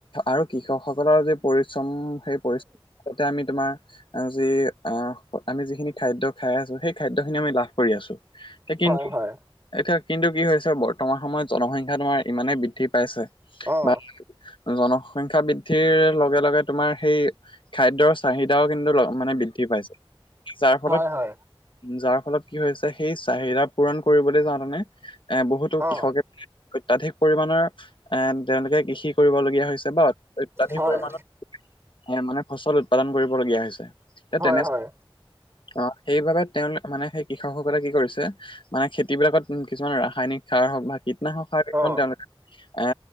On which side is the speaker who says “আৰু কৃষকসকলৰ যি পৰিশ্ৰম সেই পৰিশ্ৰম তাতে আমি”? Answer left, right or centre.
Left